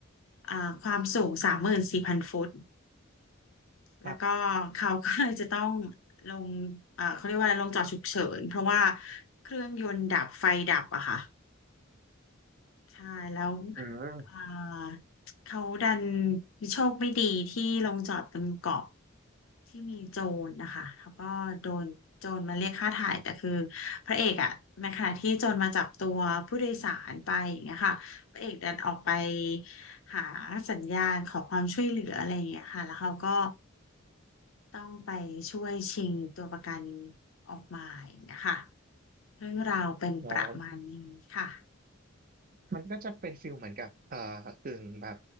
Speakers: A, on the left; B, on the right.
A: เอ่อความสูงสามหมื่นสี่พันฟุต แล้วก็เขาก็เลยจะต้อง
B: ครับ
A: ลง <laughs> เอ่อเขาเรียกว่าอะไรลงจอดฉุกเฉินเพราะว่าเครื่องยนต์ดับไฟดับอะค่ะใช่แล้ว
B: อืม
A: เอ่อเขาดันโชคไม่ดีที่ลงจอดบนเกาะที่มีโจรนะคะเขาก็โดนโจรมาเรียกค่าถ่ายแต่คือพระเอกอะในขณะที่โจรมาจับตัวผู้โดยสารไปอย่างเงี้ยค่ะพระเอกดันออกไปหาสัญญาณขอความช่วยเหลืออะไรอย่างเงี้ยค่ะแล้วเขาก็ ต้องไปช่วยชิงตัวประกันออกมาอย่างเงี้ยค่ะเรื่องราวเป็นประมาณนี้ค่ะ
B: ออ มันก็จะเป็นฟิลเหมือนกับเอ่อกึ่งแบบ